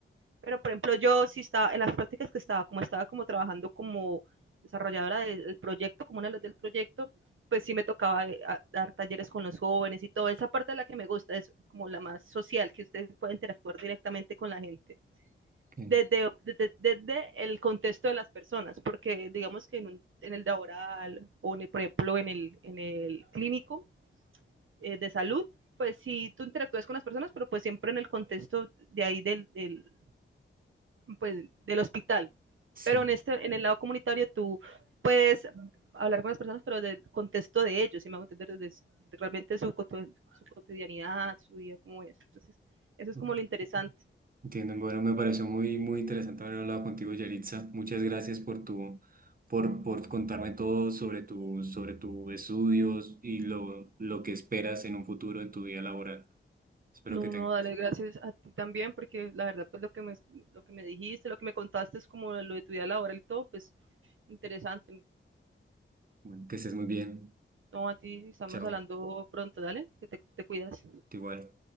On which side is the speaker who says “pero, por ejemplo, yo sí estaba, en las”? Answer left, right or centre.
Right